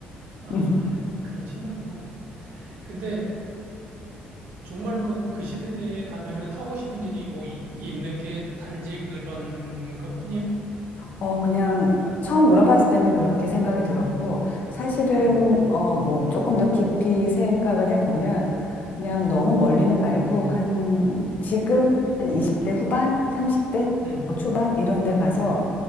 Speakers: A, on the right (about 75°); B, on the left (about 50°).
A: 아,
B: <laughs>
A: 그렇진 않고. 근데 정말로 그 시대에 가면은 하고 싶은 일이 뭐 이- 있는 게 단지 그런 것뿐이야?
B: 어, 그냥 처음 물어봤을 때는 그렇게 생각이 들었고, 사실은,
A: 응,
B: 어, 뭐, 조금 더 깊이 생각을 해보면, 그냥 너무 멀리는 말고, 한, 지금, 한 20대 후반, 30대
A: 응.
B: 초반, 이런 데 가서,